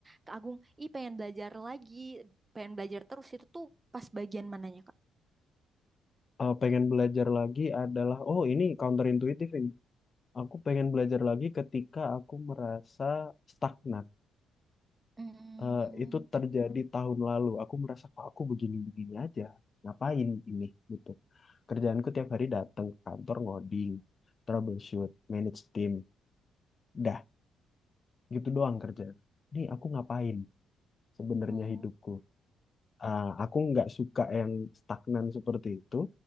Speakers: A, on the right; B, on the left.
A: Kak Agung, ih pengen belajar lagi, pengen belajar terus itu tuh pas bagian mananya Kak?
B: Eh, pengen belajar lagi adalah, oh ini counterintuitif ini. Aku pengen belajar lagi ketika aku merasa stagnan.
A: Hmm.
B: Eh, itu terjadi tahun lalu. Aku merasa kok aku begini-begini aja. Ngapain ini gitu. Kerjaanku tiap hari datang ke kantor ngoding, troubleshoot, manage team. Dah gitu doang kerja. Ini aku ngapain sebenarnya
A: Oh.
B: hidupku? Ah, aku nggak suka yang stagnan seperti itu.